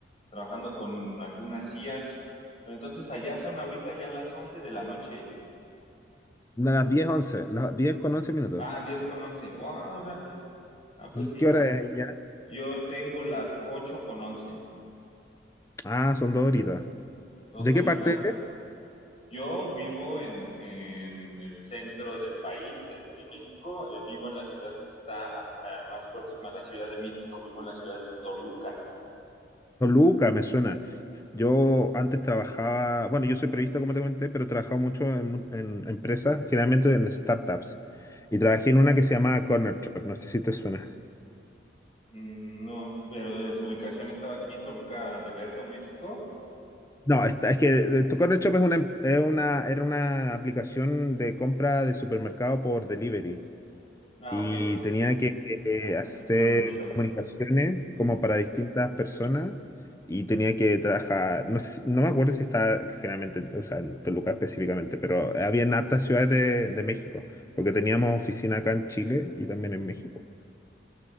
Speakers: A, on the left (about 35°); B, on the left (about 15°).
A: trabajando con algunas IAs. Pero entonces allá son ahorita ya las 11 de la noche.
B: No, las diez once, las diez con once minutos.
A: Ah, 10 con 11. Ah, órale. Ah, pues
B: ¿Y
A: sí.
B: qué hora es ya?
A: Yo tengo las 8 con 11,
B: Ah, son dos horitas.
A: dos
B: ¿De
A: horitas.
B: qué parte? eres?
A: Yo vivo en, en el centro del país, de aquí en México. Eh, vivo en la ciudad que está ah, más próxima a la Ciudad de México. Vivo en la ciudad de Toluca.
B: Toluca, me suena. Yo antes trabajaba, bueno, yo soy periodista, como te comenté, pero he trabajado mucho en, mu- en empresas, generalmente en startups. Y trabajé en una que se llamaba Corner Shop, no sé si te suena.
A: Mm, No, pero eh, su ubicación estaba aquí en Toluca de Lerdo, México.
B: No, esta- es que eh, tu Corner Shop es una, em- es una- era una aplicación de compra de supermercado por delivery.
A: Ah,
B: y
A: ok.
B: tenía que eh,
A: Ah,
B: hacer
A: sí, Corner Shop.
B: comunicaciones como para distintas personas y tenía que trabajar, no sé si- no me acuerdo si estaba generalmente, o sea, en Toluca específicamente, pero había en hartas ciudades de, de México, porque teníamos oficina acá en Chile y también en México,